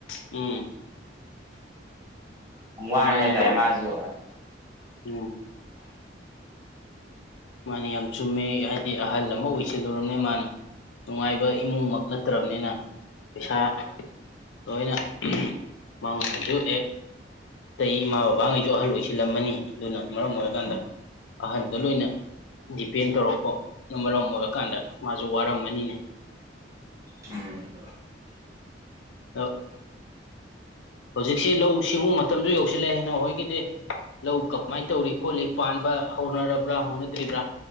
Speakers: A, on the left; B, on the right.
A: ꯎꯝ
B: ꯋꯥꯔꯦ
A: ꯃꯥꯅꯤꯅꯦ
B: ꯍꯥꯏꯇꯥꯔꯦ ꯃꯥꯁꯨ
A: ꯎꯝ ꯃꯥꯅꯦ ꯌꯥꯝ ꯆꯨꯝꯃꯦ ꯍꯥꯏꯗꯤ ꯑꯍꯜ ꯑꯃ ꯑꯣꯏꯁꯤꯜꯂꯨꯔꯕꯅꯤꯅꯥ ꯃꯥꯅ ꯅꯨꯡꯉꯥꯏꯕ ꯏꯃꯨꯡꯃꯛ ꯅꯠꯇ꯭ꯔꯕꯅꯤꯅ ꯄꯩꯁꯥ ꯂꯣꯏꯅ ꯃꯉꯥꯁꯨ ꯍꯦꯛ ꯑꯇꯩ ꯏꯃꯥ ꯕꯕꯥꯉꯩꯁꯨ ꯑꯍꯜ ꯑꯣꯏꯁꯤꯜꯂꯝꯃꯅꯤ ꯑꯗꯨꯅ ꯃꯔꯝ ꯑꯣꯏꯔꯀꯥꯟꯗ ꯑꯍꯟꯗ ꯂꯣꯏꯅ ꯗꯤꯄꯦꯟ ꯇꯧꯔꯛꯄꯅ ꯃꯔꯝ ꯑꯣꯏꯔꯀꯥꯟꯗ ꯃꯥ ꯖꯨ ꯋꯥꯔꯝꯃꯅꯤꯅꯦ
B: ꯎꯝ
A: ꯑ ꯍꯧꯖꯤꯛꯁꯤ ꯂꯧꯎ ꯁꯤꯡꯎ ꯃꯇꯝꯁꯨ ꯌꯧꯁꯤꯜꯂꯑꯦ ꯏꯩꯅꯎ ꯍꯣꯏꯒꯤꯗꯤ ꯂꯧ ꯀꯃꯥꯏꯅ ꯇꯧꯔꯤ ꯈꯣꯠꯂꯤ ꯄꯥꯟꯕ ꯍꯧꯅꯔꯕ꯭ꯔꯥ ꯍꯧꯅꯗ꯭ꯔꯤꯕ꯭ꯔꯥ